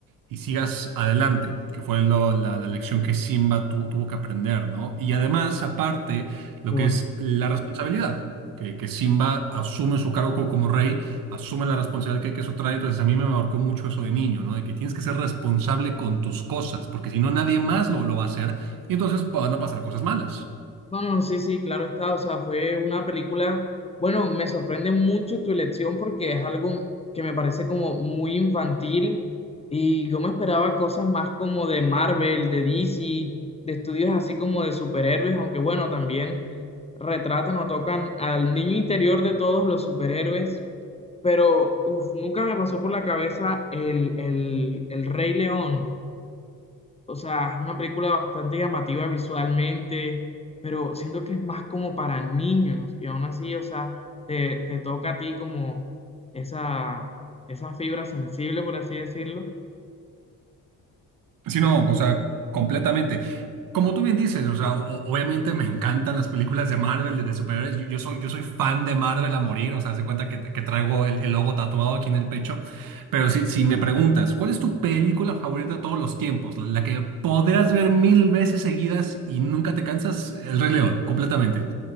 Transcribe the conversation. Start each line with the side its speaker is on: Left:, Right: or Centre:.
Right: y sigas adelante, que fue lo- la, la lección que Simba tu- tuvo que aprender, ¿no? Y además, aparte, lo
Left: qué
Right: que
Left: bonito.
Right: es la responsabilidad, que, que Simba asume su cargo co- como rey, asume la responsabilidad que, que eso trae, entonces a mí me marcó mucho eso de niño, ¿no? De que tienes que ser responsable con tus cosas, porque si no nadie más lo, lo va a hacer y entonces van a pasar cosas malas.
Left: No, no, sí, sí, claro está. O sea, fue una película, bueno, me sorprende mucho tu elección porque es algo que me parece como muy infantil y yo me esperaba cosas más como de Marvel, de DC, de estudios así como de superhéroes, aunque bueno, también retratan o tocan al niño interior de todos los superhéroes, pero uf, nunca me pasó por la cabeza el, el, el Rey León. O sea, es una película bastante llamativa visualmente, pero siento que es más como para niños y aún así, o sea, te, te toca a ti como esa, esa fibra sensible, por así decirlo.
Right: Sí,
Left: O-
Right: no, o sea, completamente. Como tú bien dices, o sea, o- obviamente me encantan las películas de Marvel, de, de superhéroes. Yo, yo soy, yo soy fan de Marvel a morir, o sea, haz de cuenta que, que traigo el, el logo tatuado aquí en el pecho. Pero si, si me preguntas, ¿cuál es tu película favorita de todos los tiempos? La, la que podrás ver mil veces seguidas y nunca te cansas, El Rey León, completamente,